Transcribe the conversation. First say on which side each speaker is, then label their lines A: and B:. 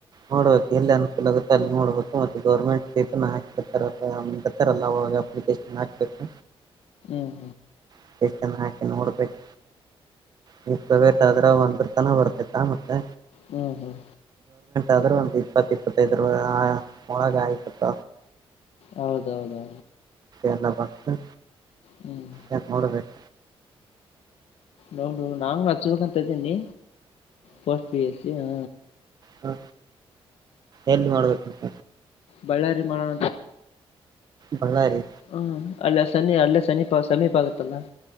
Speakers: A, on the right; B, on the left.
A: ನೋಡ್ಬೇಕ ಎಲ್ಲಿ ಅನುಕೂಲ ಆಗುತ್ತೆ. ನೋಡ್ಬೇಕು ಮತ್ತೆ ಗೌರ್ಮೆಂಟ್ ಇದನ್ನ ಹಾಕ್ತೀರ್ತರ ಅಲ್ಲ ಆವಾಗ ಅಪ್ಲಿಕೇಶನ್ ಹಾಕ್ಬೇಕು.
B: ಹ್ಮ್.
A: ಅಪ್ಲಿಕೇಶನ್ ಹಾಕಿ ನೋಡ್ಬೇಕು ಇದ ಪ್ರೈವೇಟ್ ಆದ್ರ ಒಂದ <unintelligible> ಬರ್ತಿತ್ತ ಮತ್ತೆ.
B: ಹ್ಮ್ ಹ್ಮ್.
A: ಆದ್ರೂ ಒಂದು ಇಪ್ಪತ್ತ ಇಪ್ಪತ್ತೈದರ ಒಳಗ ಆಯತಪ್ಪ.
B: ಹೌದೌದೌದು
A: ಎಲ್ಲ ಬಂದು
B: ಹ್ಮ್
A: ಯ ನೋಡ್ಬೇಕ
B: ನೋಡು ನಾ್ ನಚ್ಬೇಕಂತ ಇದೀನಿ ಪೋಸ್ಟ್ ಪಿ ಎಸ ಹ
A: ಹಾ ಎಲ್ಲಿ ಮಾಡ್ಬೇಕುಂತ
B: ಬಳ್ಳಾರಿ ಮಾಡಣ
A: ಬಳ್ಳಾರಿ
B: ಹ್ಮ್ ಅಲ್ಲ ಸನಿ ಅಲ್ಲೆ ಸನಿಪ ಸೀಪ ಆಗತ್ತಲ್ಲ